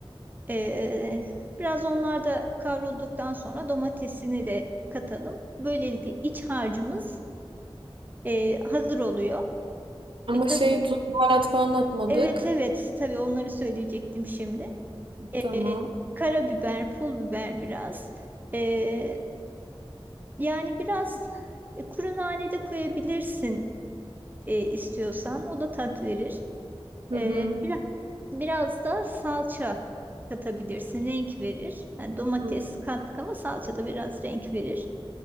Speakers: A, on the right; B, on the right.
A: Ee, biraz onlar da kavrulduktan sonra domatesini de katalım. Böylelikle iç harcımız e, hazır oluyor.
B: Ama
A: E, tabii,
B: şey tuz baharat falan atmadık.
A: evet evet tabii onları söyleyecektim şimdi. E,
B: Tamam.
A: karabiber, pul biber biraz. E, yani biraz e, kuru nane de koyabilirsin e, istiyorsan. O da tat verir.
B: Hı
A: E,
B: hı.
A: biraz, biraz da salça katabilirsin. Renk verir. Yani domates
B: Hı,
A: kattık ama salça da biraz renk verir.